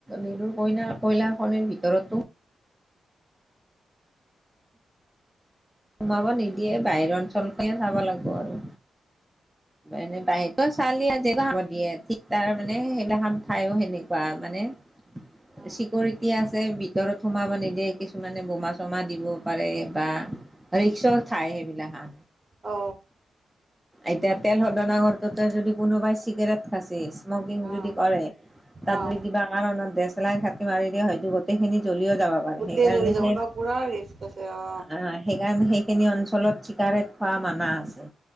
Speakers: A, in the centre; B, on the right.
A: লেডু কইলাৰখনিৰ ভিতৰতো সোমাব নিদিয়ে বাহিৰৰ অঞ্চল খে চাব লাগিব আৰু এনে বাহিৰতো ঠালি <unintelligible> দিয়ে ঠিক তাৰ মানে সেইবিলাখান খায়ো সেনেকুৱা মানে
B: অ',
A: চিকৰটি আছে, ভিতৰত সোমাব নিদিয়ে, কিছু কিছুমানে বমা - চমা দিব পাৰে বা ৰিক্সৰ ঠাই সেইবিলাক।
B: অ,
A: এতিয়া তেল সদনাগাৰটোতে যদি কোনোবাই চিগাৰেট খাচি সকিং
B: অ'
A: যদি কৰে তাত
B: অ'
A: কিবা কাৰণত দেচেলাই মাৰি দিয় হয়তো গোটেইখিনি জ্বলিও যাব পাৰে
B: গোটেই
A: সেইকাৰণে
B: জ্বলি যাব
A: সেই
B: তই পুৰা ৰিস্ক আছে অ।
A: আহ সেইকাৰণে সেইখিনি অঞ্চলত চিকাৰেট খোৱা মানা আছে